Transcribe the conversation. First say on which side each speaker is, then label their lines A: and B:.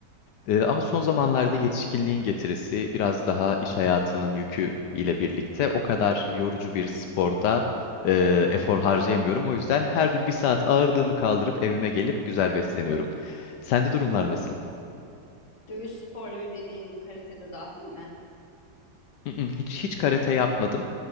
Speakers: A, on the left; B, on the left.
A: Ee, ama son zamanlarda yetişkinliğin getirisi biraz daha iş hayatının yükü ile birlikte o kadar yorucu bir sporda e, efor harcayamıyorum. O yüzden her gün bir saat ağırlığımı kaldırıp evime gelip güzel besleniyorum. Sende durumlar nasıl?
B: Dövüş sporları dediğin karatede dahil mi?
A: Mm, mm, Hiç hiç karate yapmadım.